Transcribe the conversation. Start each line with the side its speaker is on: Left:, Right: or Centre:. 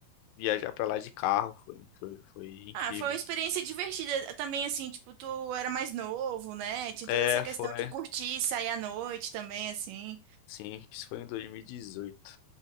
Left: viajar pra lá de carro. Foi, foi, foi incrível.
Right: Ah, foi uma experiência divertida também, assim, tipo, tu era mais novo, né? Tinha
Left: É,
Right: toda essa questão
Left: foi.
Right: de curtir, sair à noite também, assim.
Left: Sim, isso foi em 2018.